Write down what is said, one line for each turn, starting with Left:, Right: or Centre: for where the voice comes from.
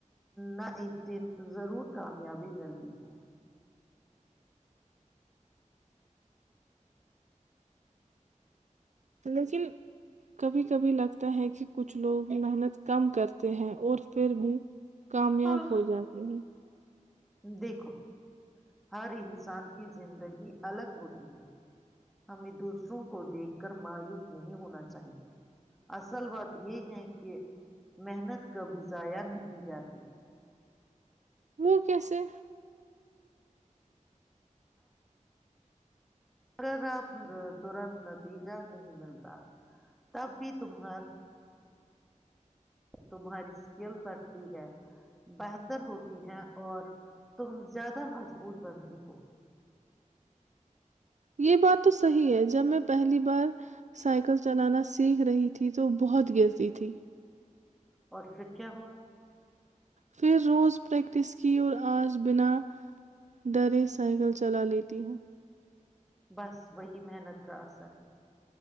Centre: نہ ایک دن ضرور کامیابی ملتی ہے
Right: لیکن کبھی کبھی لگتا ہے کہ کچھ لوگ محنت کم کرتے ہیں اور پھر بھی کامیاب
Centre: ہاں
Right: ہو جاتے ہیں
Centre: دیکھو ہر انسان کی زندگی الگ ہوتی ہے ہمیں دوسروں کو دیکھ کر مایوس نہیں ہونا چاہیے اصل بات یہ ہے کہ محنت کبھی ضائع نہیں جاتی
Right: منہ کیسے
Centre: اگر آپ ترنت نتیجہ نہیں ملتا تب بھی تمہارے تمہاری اسکل بڑھتی ہے بہتر ہوتی ہے اور تم زیادہ مضبوط بنتی ہو
Right: یہ بات تو صحی ہے جب م پہلی بار سائیکل چلانا سیک سیکھ رہی تھی تو بہت گرتی تھی
Centre: اور پھر کیا ہوا
Right: پھر روز پریکٹس کی اور آج بنا ڈرے سائیکل چلا لیتی ہوں
Centre: بس وہی محنت کا اثر ہے